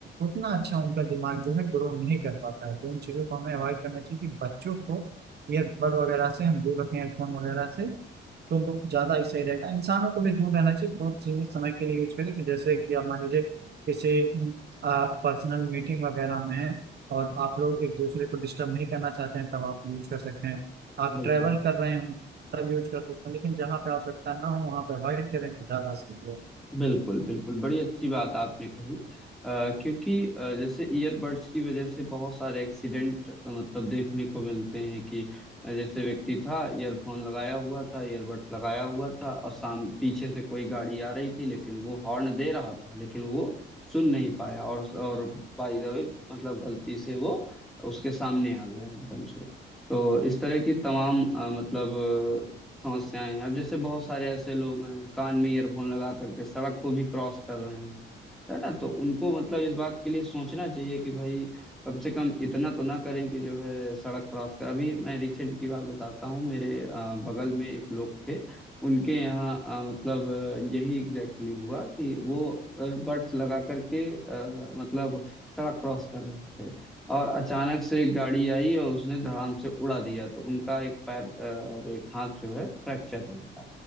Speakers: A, on the right; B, in the centre.
A: उतना अच्छा उनका दिमाग जो है ग्रो नहीं कर पाता है तो इन चीजों को हमें अवॉइड करना चाहिए कि बच्चों को ईयरबड वगैरह से हम दूर रखें हेडफोन वगैरह से तो ज्यादा ही सही रहेगा इंसानों को भी दूर रहना चाहिए बहुत सीमित समय के लिए यूज करें कि जैसे कि आप मान लीजिए किसी पर्सनल मीटिंग वगैरह में है और आप लोग एक दूसरे को डिस्टर्ब नहीं करना चाहते हैं तब आप यूज कर सकते हैं आप
B: बिल्कुल
A: ट्रेवल कर रहे हो तब यूज कर सकते हैं लेकिन जहाँ पे आवश्यकता ना हो वहाँ पे अवॉइड करें तो ज्यादा सही है
B: बिल्कुल बिल्कुल बड़ी अच्छी बात आपने कही अ, क्योंकि अ, जैसे ईयरबड्स की वजह से बहुत सारे एक्सीडेंट मतलब देखने को मिलते हैं कि अ, जैसे व्यक्ति था ईयरफोन लगाया हुआ था ईयरबड्स लगाया हुआ था और साम पीछे से कोई गाड़ी आ रही थी लेकिन वो हॉर्न दे रहा था लेकिन वो सुन नहीं पाया और और बाय द वे मतलब गलती से वो उसके सामने आ गया एकदम से तो इस तरह की तमाम अ, मतलब समस्याएं हैं अब जैसे बहुत सारे ऐसे लोग हैं कान में ईयरफोन लगा करके सड़क को भी क्रॉस कर रहे हैं है ना तो उनको मतलब इस बात के लिए सोचना चाहिए कि भाई कम से कम इतना तो ना करें कि जो है सड़क क्रॉस कर अभी मैं रिसेंट की बात बताता हूँ मेरे अ, बगल में एक लोग थे उनके यहाँ अ, मतलब अ, यही एग्जैक्टली exactly हुआ कि वो बर्ड्स लगा करके अ, मतलब सड़क क्रॉस कर रहे थे और अचानक से एक गाड़ी आई और उसने धड़ाम से उड़ा दिया तो उनका एक पैर अ, और एक हाथ जो है फ्रैक्चर हो गया